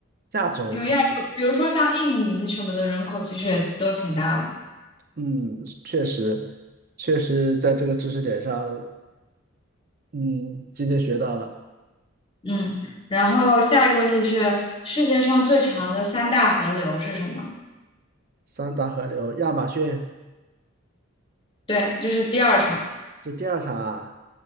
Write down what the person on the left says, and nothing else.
因为亚洲，比如说像印尼什么的人口其实也都挺大的，
嗯。然后下一个问题是，世界上最长的三大河流是什么？
对，这是第二场，